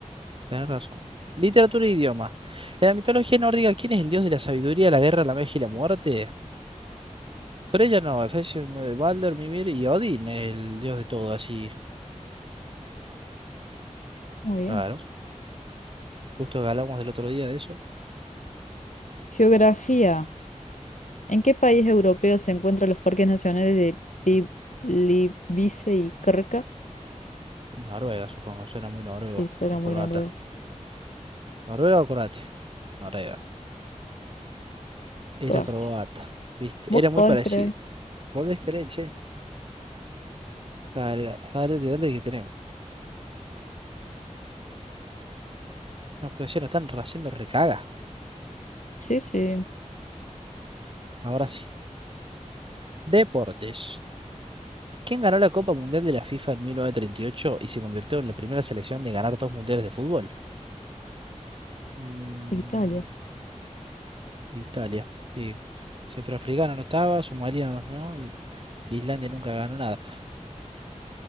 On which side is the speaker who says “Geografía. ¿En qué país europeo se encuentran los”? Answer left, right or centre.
Left